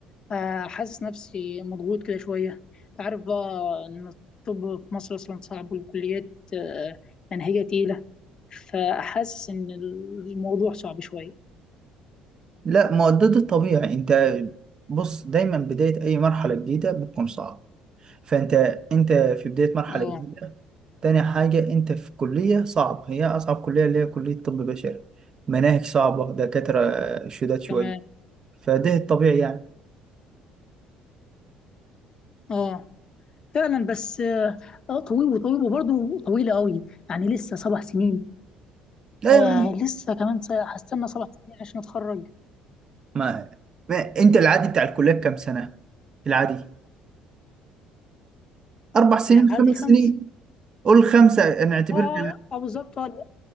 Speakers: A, on the left; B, on the right.
A: فحاسس نفسي مضغوط كده شوية انت عارف بقى إن الطب في مصر أصلا صعب والكليات آه، منهجة تقيلة فحاسس إن الموضوع صعب شوية
B: لا مؤدد الطبيعي انت بص دايما بداية اي مرحلة جديدة بتكون صعبة فانت انت في بداية مرحلة
A: اه
B: جديدة تاني حاجة انت في كلية صعب هي اصعب كلية اللي هي كلية طب بشري مناهج صعبة دكاترة آه، شداد شوية
A: تمام
B: فده الطبيعي يعني
A: اه فعلا بس اه آه، طويل وطويل وبرضه طويلة قوي يعني لسه سبع سنين
B: لا
A: آه
B: يا عم،
A: لسه كمان س- هستنى سبع سنين عشان اتخرج
B: ما, ما انت العادي بتاع الكلية كام سنة؟ العادي اربع سنين
A: العادي
B: خمس
A: خمس
B: سنين قول خمسة نعتبر
A: اه اه آه، بالظبط آه، لا